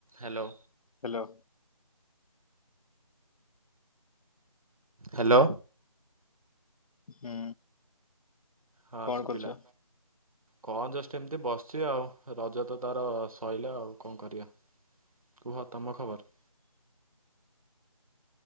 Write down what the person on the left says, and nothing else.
ହାଲୋ।
ହୁଁ।
କଣ
କରୁଛ?